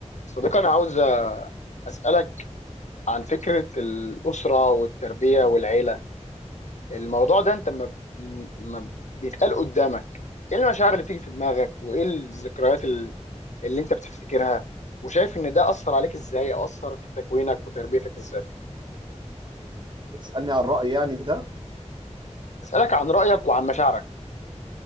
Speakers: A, on the left; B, on the right.
A: صديقي أنا عاوز أسألك عن فكرة الأسرة والتربية والعيلة الموضوع ده أنت ما ما بيتقال قدامك إيه المشاعر اللي تيجي في دماغك وإيه الذكريات ال- اللي أنت بتفتكرها وشايف إن ده أثر عليك إزاي أو أثر في تكوينك وتربيتك إزاي
B: بتسألني عن رأيي يعني في ده
A: أسألك عن رأيك وعن مشاعرك